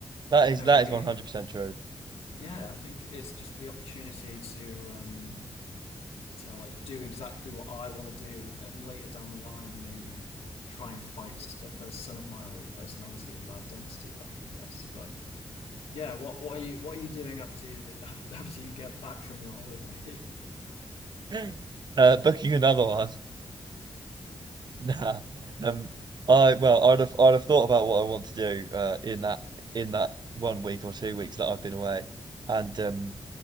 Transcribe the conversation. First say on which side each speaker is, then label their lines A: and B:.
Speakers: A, on the right; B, on the left.
A: that is
B: you know,
A: that
B: it'd
A: is
B: be
A: one hundred percent true.
B: yeah, I think it's just the opportunity to um to like do exactly what I want to do, and later down the line, maybe try and fight s- uh, for some of my old personality and identity back, I guess. But yeah, what what are you what are you doing after you <laughs> after you get back from your holiday? <laughs>
A: <laughs> Uh, booking another one. <laughs> Nah. Um, I well, I'd have I'd have thought about what I want to do uh, in that in that one week or two weeks that I've been away, and um,